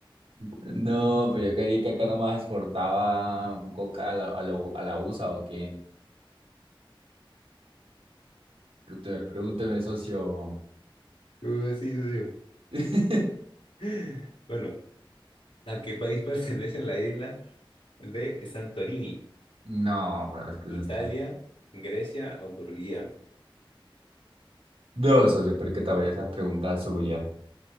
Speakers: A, on the right (about 85°); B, on the left (about 85°).
A: No, pues yo creí que acá nomás exportaba coca a la, a lo- a la USA o qué. Pregúnteme, pregúnteme, socio.
B: ¿Cómo así, socio?
A: <laughs>
B: <laughs> Bueno, ¿a qué país <laughs> pertenece la isla de Santorini?
A: No, pero es que
B: ¿Italia,
A: eso está-
B: Grecia o Turquía?
A: No, socio, pero es que también esas preguntas suyas.